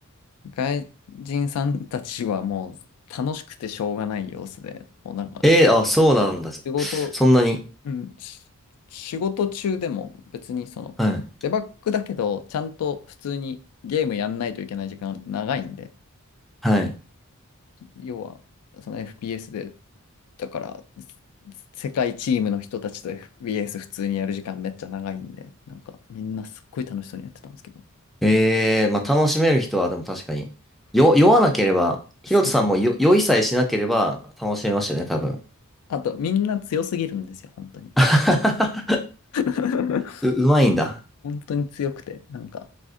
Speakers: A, on the left; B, in the centre.
A: 外人さんたちはもう楽しくてしょうがない様子で、もうなんか、
B: えーあ、そうなんだ。
A: 仕事、
B: そんなに。
A: うん、し仕事中でも別にその、
B: はい。
A: デバッグだけど、ちゃんと普通にゲームやんないといけない時間長いんで、
B: はい。
A: 要は、その FPS でだから、世界チームの人たちと FBS 普通にやる時間めっちゃ長いんで、なんかみんなすっごい楽しそうにやってたんですけど。
B: ええまあ楽しめる人はでも確かに。よ、
A: お
B: 酔わなければ、ヒロトさんもよ、
A: そうなんだ。
B: 酔いさえしなければ楽しめましたよね、多分。
A: あと、みんな強すぎるんですよ、本当に。
B: <laughs>
A: <laughs>
B: う、うまいんだ。
A: 本当に強くて、なんか、